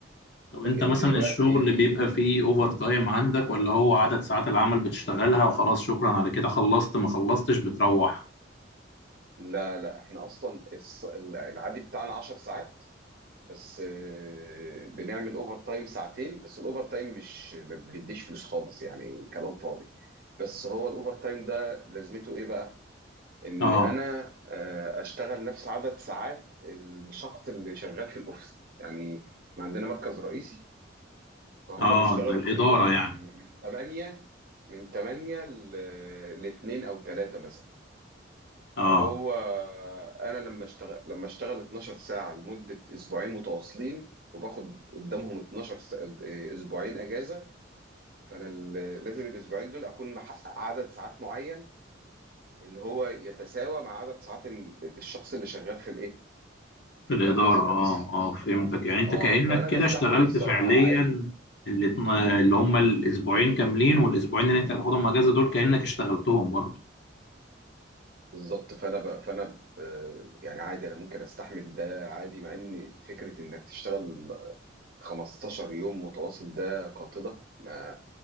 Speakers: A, on the left; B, on the right.
A: طب
B: لكن
A: انت مثلا
B: دلوقتي
A: الشغل اللي بيبقى فيه اوفر تايم عندك ولا هو عدد ساعات العمل بتشتغلها وخلاص شكرا على كده خلصت ما خلصتش بتروح
B: لا لا احنا اصلا الص- العادي بتاعنا 10 ساعات بس آه، بنعمل اوفر تايم ساعتين بس الاوفر تايم مش ما بيديش فلوس خالص يعني كلام فاضي بس هو الاوفر تايم ده لازمته ايه بقى ان
A: اه
B: انا آه، اشتغل نفس عدد ساعات الشخص اللي شغال في الاوفيس يعني إحنا عندنا مركز رئيسي فهم
A: اه
B: بيشتغلوا
A: زي الإدارة
B: في اليوم من
A: يعني
B: من 8 من 8 ل 2 او 3 مثلا
A: اه
B: فهو آه، انا لما اشتغل لما اشتغل 12 ساعة لمدة اسبوعين متواصلين وباخد قدامهم 12 س- آه، اسبوعين اجازة فانا ال- لازم الاسبوعين دول اكون محقق عدد ساعات معين اللي هو يتساوى مع عدد ساعات ال- الشخص اللي شغال في الايه في
A: في الإدارة
B: المركز الرئيسي
A: اه اه فهمتك يعني انت
B: اه
A: كأنك
B: فانا
A: كده
B: بستحمل
A: اشتغلت
B: الصراحه
A: فعليا
B: عادي
A: اللي اللي
B: امم
A: هم الأسبوعين كاملين والأسبوعين اللي انت هتاخدهم اجازة دول كأنك اشتغلتهم برضه
B: بالظبط فانا ب... فانا ب... يعني عادي انا ممكن استحمل ده عادي مع ان فكره انك تشتغل 15 يوم متواصل ده قاتله ما